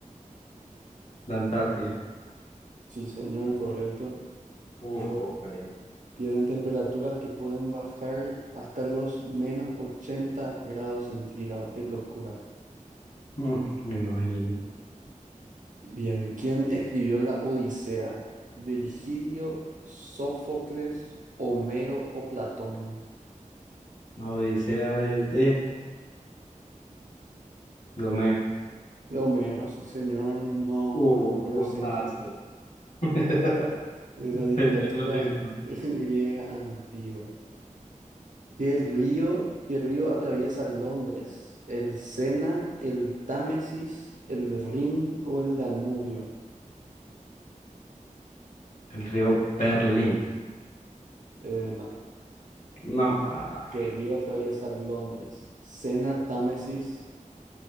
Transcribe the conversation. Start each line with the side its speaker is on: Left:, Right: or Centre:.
Left: La Antártida.
Right: Sí, señor, correcto.
Left: Uf,
Right: Pu-
Left: correcto.
Right: Tienen temperaturas que pueden bajar hasta los menos 80 grados centígrados. Qué locura.
Left: Mm, me imagino.
Right: Bien, ¿quién escribió la Odisea? ¿Virgilio, Sófocles, Homero o Platón?
Left: La Odisea es de, de Homero.
Right: De Homero, sí señor, no,
Left: Uf,
Right: no es Homero
Left: puntazo.
Right: Simpson,
Left: <laughs>
Right: de la
Left: Entendí
Right: literatura
Left: lo de eso.
Right: <laughs> griega antigua. ¿Qué río, qué río atraviesa Londres? ¿El Sena, el Támesis, el Rin o el Danubio?
Left: El río Berlín.
Right: Eh, no,
Left: No, ah,
Right: ¿qué río atraviesa Londres? ¿Sena, Támesis,